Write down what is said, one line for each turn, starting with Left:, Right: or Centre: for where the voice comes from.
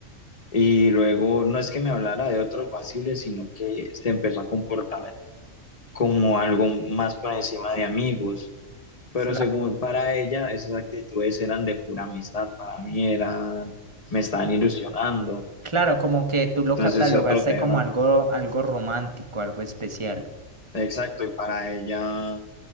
Left: Y luego, no es que me hablara de otros vaciles, sino que se empezó a comportar como algo más por encima de amigos. Pero
Right: Cla-
Left: según para ella, esas actitudes eran de pura amistad, para mí eran, me estaban ilusionando.
Right: Claro, como que tú lo
Left: Entonces
Right: catalogaste
Left: ese otro terror.
Right: como algo, algo romántico, algo especial.
Left: Exacto, y para ella